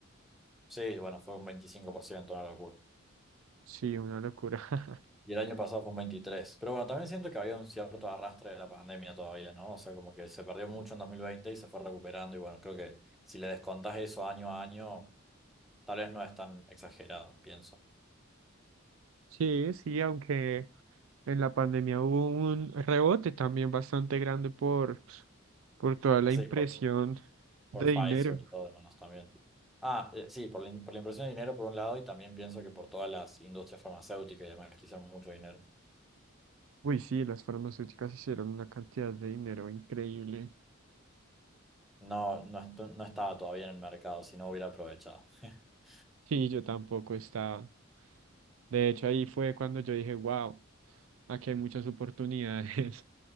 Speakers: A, in the centre; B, on the right (about 75°).
A: Sí, bueno, fue un 25%, una locura.
B: Sí, una locura. <laughs>
A: Y el año pasado fue un 23%. Pero bueno, también siento que había un cierto arrastre de la pandemia todavía, ¿no? O sea, como que se perdió mucho en 2020 y se fue recuperando. Y bueno, creo que si le descontás eso año a año, tal vez no es tan exagerado, pienso.
B: Sí, sí, aunque en la pandemia hubo un rebote también bastante grande por, por toda la
A: Así,
B: impresión
A: por
B: de
A: Pfizer
B: dinero.
A: y todo demás también. Ah, eh, sí, por la, in- por la impresión de dinero por un lado y también pienso que por todas las industrias farmacéuticas y demás que hicieron mucho dinero.
B: Uy, sí, las farmacéuticas hicieron una cantidad de dinero increíble.
A: No, no, estu- no estaba todavía en el mercado, si no hubiera aprovechado. <laughs>
B: Sí, yo tampoco estaba. De hecho, ahí fue cuando yo dije, wow, aquí hay muchas oportunidades.